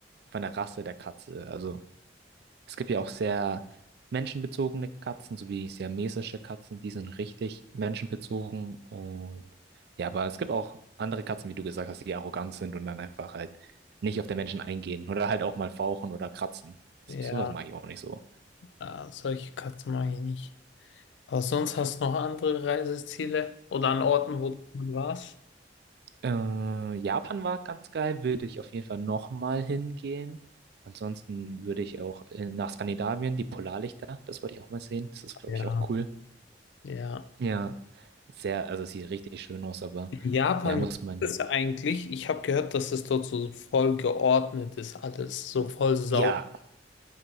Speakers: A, on the right; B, on the left.
A: von der Rasse der Katze. Also es gibt ja auch sehr menschenbezogene Katzen, sowie siamesische Katzen, die sind richtig menschenbezogen. Und ja, aber es gibt auch andere Katzen, wie du gesagt hast, die arrogant sind und dann einfach halt nicht auf den Menschen eingehen oder halt auch mal fauchen oder kratzen. Das-
B: Ja,
A: Sowas mache ich auch nicht so.
B: äh, solche Katzen mag ich nicht. Aber sonst hast du noch andere Reiseziele oder an Orten, wo du schon warst?
A: Äh, Japan war ganz geil, würde ich auf jeden Fall nochmal hingehen. Ansonsten würde ich auch äh, nach Skandinavien, die Polarlichter, das wollte ich auch mal sehen. Das ist, glaube
B: Ja,
A: ich, auch cool.
B: ja.
A: Ja, sehr, also sieht richtig schön aus, aber
B: Japan,
A: ja, muss
B: wie
A: man ja.
B: ist es eigentlich? Ich habe gehört, dass es dort so voll geordnet ist, alles so voll sauber.
A: Ja,